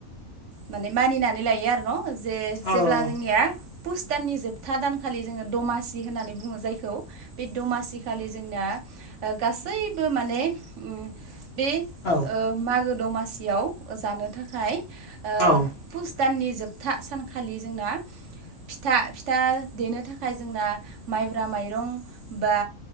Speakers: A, on the right; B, on the left.
A: माने मानिनानै लायो आरो न' जे
B: औ
A: जेब्ला जोंनिया पुस दाननि जोबथा दानखालि जोङो दमासि होननानै बुङो जायखौ बे दमासिखालि जोंना गासैबो माने उम बे
B: औ
A: ओ मागो दमासियाव जानो थाखाय ओ
B: औ
A: फुस दाननि जोबथा सानखालि जोंना फिथा फिथा देनो थाखाय जोंना माइब्रा माइरं बा